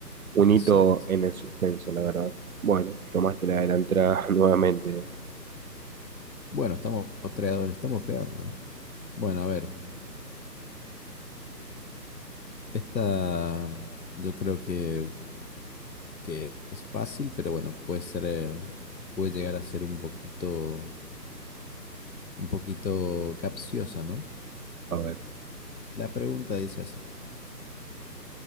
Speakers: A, on the right (about 55°); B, on the left (about 80°).
A: Un hito
B: Exacto.
A: en el suspenso, la verdad. Bueno, tomaste la delantera <laughs> nuevamente.
B: Bueno, estamos tres estamos pegando. ¿no? Bueno, a ver, esta yo creo que, que es fácil, pero bueno, puede ser, eh, puede llegar a ser un poquito un poquito capciosa, ¿no?
A: A ver.
B: La pregunta dice así,